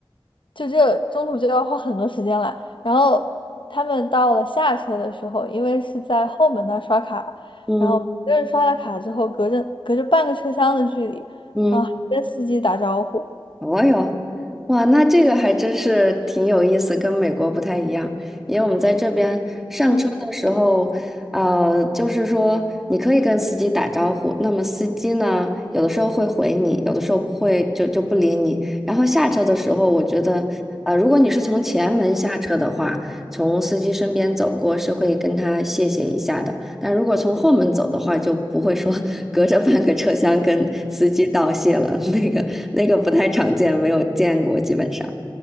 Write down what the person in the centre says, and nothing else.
嗯
嗯。
哦哟，哇，那这个还真是挺有意思，跟美国不太一样。因为我们在这边上车的时候，
呃，就是说你可以跟司机打招呼，那么司机呢，有的时候会回你，有的时候不会就就不理你。然后下车的时候，我觉得，呃，如果你是从前门下车的话，从司机身边走过是会跟他谢谢一下的，但如果从后门走的话，就不会说 <laughs> 隔着半个车厢跟司机道谢了，<laughs> 那个那个不太常见，没有见过，基本上。